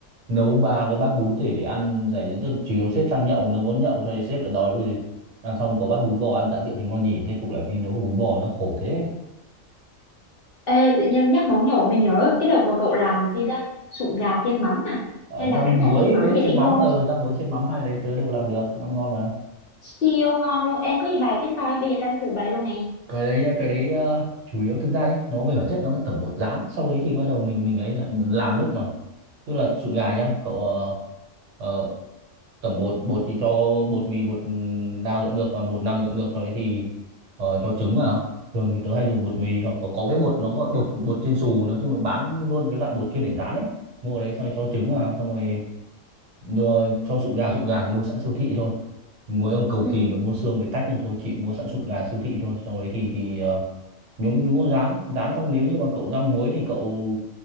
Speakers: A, on the right; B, on the left.
A: nấu ba cái bát bún để để ăn dành cho tức chiều sếp sang nhậu nếu muốn nhậu xong rồi sếp lại đòi ui ăn xong có bát bún bò ăn tạ rượu thì ngon nhỉ thế cục lại vì nấu có bún bò nó khổ thế
B: Ê, tự nhiên nhắc món nhậu mình nhớ cái đợt mà cậu làm gì ta sụn gà chiên mắm à
A: Ờ,
B: hay là
A: rau muối
B: cánh gà chiên mắm
A: với
B: gì
A: chiên
B: đấy
A: mắm
B: ngon
A: ờ rau muối chiên mắm hai cái đấy tớ đều làm được ăn ngon mà
B: siêu ngon luôn ê có gì bày cái coi bây giờ tranh thủ bày luôn nè
A: cái đấy nhá, cái đấy ờ, chủ yếu thực ra nhá nó về bản chất nó là tẩm bột rán sau đấy thì bắt đầu mình mình ấy là làm lúc mà tức là sụn gà nhá cậu ờ, ờ, tẩm bột bột thì cho bột mì bột ừ, đao gì cũng được mà bột năng gì cũng được sau đấy thì ờ, cho trứng vào thường thì tớ hay dùng bột mì hoặc có cái bột nó gọi bột bột chiên xù nói chung là bán luôn cái loại bột chuyên để rán ấy mua ở đấy xong rồi cho trứng vào xong rồi mua cho sụn gà sụn gà thì mua sẵn siêu thị thôi mỗi ông cầu
B: ừ
A: kỳ còn mua xương về tách nhưng thôi chị mua sẵn sụn gà siêu thị thôi sau đấy thì thì ờ, nhúng nhúng có rán rán xong nếu như mà cậu rang muối thì cậu